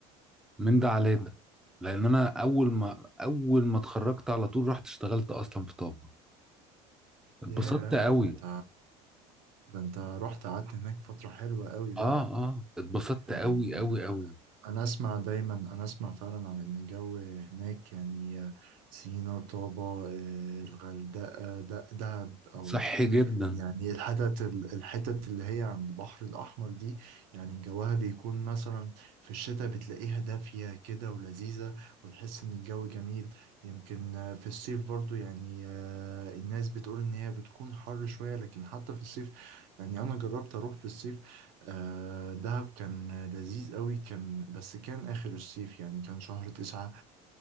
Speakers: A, in the centre; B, on the right (about 65°).
A: من ده على ده لأن أنا أول ما أول ما اتخرجت على طول رحت اشتغلت أصلا في طابة اتبسطت
B: ياه
A: قوي
B: ده انت ده انت رحت قعدت هناك فترة حلوة قوي بقى
A: اه اه اتبسطت
B: يعني
A: قوي قوي
B: آه،
A: قوي
B: انا اسمع دايما انا اسمع فعلا عن ان الجو هناك يعني آه، سينا طابة آه، الغردقة د- دهب او
A: صحي جدا
B: يعني الحتت الحتت اللي هي عند البحر الأحمر دي يعني جوها بيكون مثلا في الشتاء بتلاقيها دافية كده ولذيذة وتحس إن الجو جميل يمكن آه، في الصيف برضو يعني آه، الناس بتقول إن هي بتكون حر شوية لكن حتى في الصيف يعني أنا جربت أروح في الصيف آه، دهب كان لذيذ قوي كان بس كان آخر الصيف يعني كان شهر تسعة